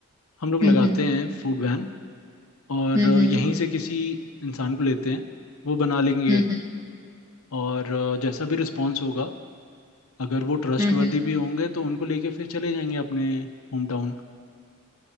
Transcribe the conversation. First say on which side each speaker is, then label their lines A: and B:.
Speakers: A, on the left (about 70°); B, on the right (about 15°).
A: हम लोग
B: हम्म।
A: लगाते हैं फूड वैन और
B: हम्म
A: अ,
B: हम्म
A: यहीं से किसी इंसान को लेते हैं वो बना लेंगे
B: हम्म हम्म हम्म
A: और अ, जैसा भी रिस्पांस होगा अगर वो ट्रस्टवर्दी
B: हम्म हम्म
A: भी होंगे तो उनको लेके फिर चले जाएंगे अपने होम टाउन